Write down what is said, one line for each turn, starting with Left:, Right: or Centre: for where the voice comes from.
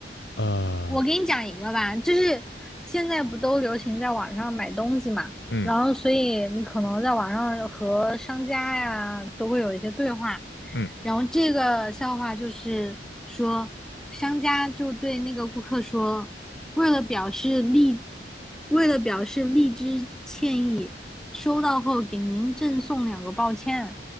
Left: 啊、呃
Centre: 我给你讲一个吧，就是现在不都流行在网上买东西嘛，
Left: 嗯
Centre: 然后所以你可能在网上和商家呀都会有一些对话，
Left: 嗯，
Centre: 然后这个笑话就是说，商家就对那个顾客说，为了表示荔，为了表示荔枝歉意，收到后给您赠送两个抱歉。